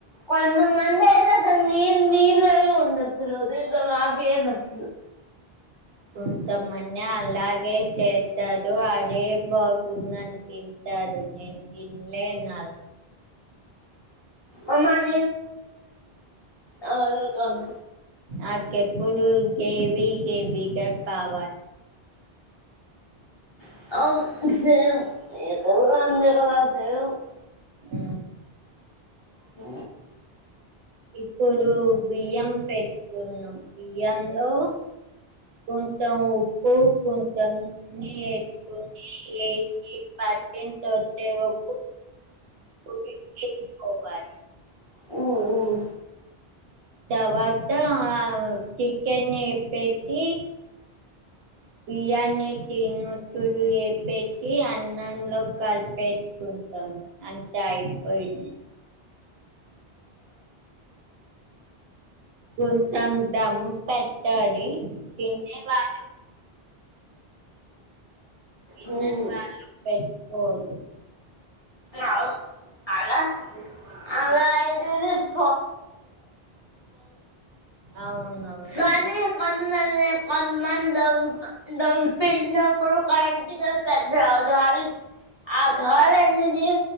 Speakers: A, on the left; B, on the right.
A: కొంత మంది అయితే అ నరు నర్లవి ఉండతురుదు స
B: కొంతమని అలాగే తెస్తారు అదే బాగుందని తింటాడు నేను తిన్లేనల
A: అమ్మా <unintelligible> నావల్ల కాదు
B: ఆకెప్పుడు గేవి గేవిగా కావాలి
A: <unintelligible>
B: ఊ
A: బా
B: ఇప్పుడు బియ్యం పెట్టుకున్నాం బియ్యంలో కొంత ఉప్పు కొంత <unintelligible> వ <inaudible>
A: ఉ ఉ
B: తర్వాత ఆ చికెన్ని పెట్టి బియ్యాన్ని తిన్న తడు ఏ పెట్టి అన్నంలో కలిపే <unintelligible> అంట అయిపోయి కొంచెం డమ్ పెట్టలి తినే వాళ్ళ తినని
A: మ్మ్
B: వాళ్ళు పెట్టుకోవద్దు
A: అవు అలా అలా అయి <unintelligible> <unintelligible>
B: అవునవును
A: నల్లే వందమంది దౌ ధోం పిల్ల లోకరు క ఈరోజు పెద్దగాలి ఆ గాలి అందింది.